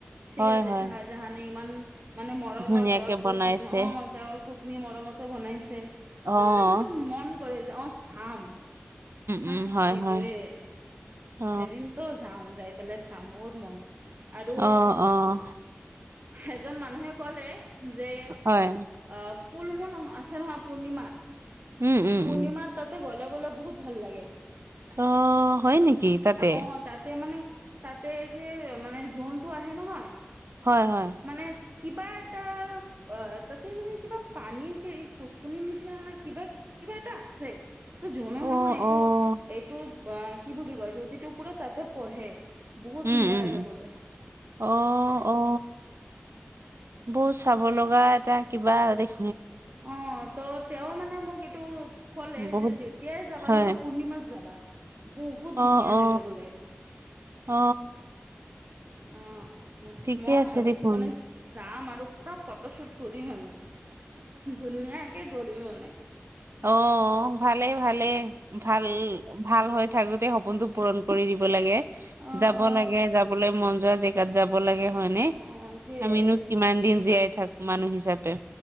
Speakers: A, on the right (about 45°); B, on the right (about 75°).
A: ঠিক
B: হয়,
A: আছে
B: হয়,
A: চাহজাহানে ইমান মানে মৰমৰ
B: ধুনীয়াকে
A: তেওঁৰ
B: বনাইছে
A: পত্ন অ তেওঁৰ। পত্নীয়ে মৰমতে বনাইছে। চ'
B: আহ
A: মানে বহুত মন কৰে যে অ চাম। হ
B: উম, হয়,
A: সেইটোয়ে
B: হয়, অ',
A: এদিনতো যাম যাই পেলাই। চ বহুত মন আৰু
B: অ', অ',
A: এজন মানুহে কলে যে
B: হয়,
A: অ ফুল মো নহয়। আছে নহয় পূৰ্ণিমাত
B: উম, উম,
A: পূৰ্ণিমাত
B: উম,
A: তাতে গ'লে গ'লে বহুত ভাল লাগে।
B: অ হয় নেকি? তাতে?
A: অ তাতে মানে তাতে যে মানে জোনটো আহে নহয়।
B: হয় হয়।
A: মানে কিবা এটা অ তাতে মানে কিবা পানীৰ। পোচকনিৰ নিচিনা নে কিবা কিবা এটা আছে। ত জনন
B: অ',
A: নহয় এইটো
B: অ',
A: এইটো কি বুলি কয় জ্তিটো পুৰা তাতে পঢ়ে। বহুত ধুনীয়া
B: উম উম
A: লাগে
B: উম
A: বোলে
B: অ অ। বহুত চাব লগা এটা কিবা দেখ
A: অ ত তেওঁ মানে। তেওঁ মোক এইটো ক'লে
B: বহুত
A: যে যেতিয়াই যাবা
B: হয়
A: নহয় পূৰ্ণিমাত যাবা। বহুত
B: অ
A: ধুনীয়া
B: অ
A: লাগে বোলে
B: অ
A: আহ।
B: ঠিকে
A: মই
B: আছে
A: ভাবিছোঁ
B: দেখোন
A: মানে যাম আৰু পূৰা ফটোশ্বুট কৰিম আৰু ধুনীয়াকে কৰি মানে।
B: অ ভালেই ভালেই ভাল ভাল হৈ থাকোতে হ। সপোনটো পূৰণ কৰি দিব লাগে
A: অ
B: যাব
A: অ
B: লাগে যাবলৈ মন যোৱা জেগাত যাব লাগে। হয় নে
A: অ এইটোয়ে
B: আমিনো কিমান দিন জীয়াই থাকো মানুহ হিচাপে।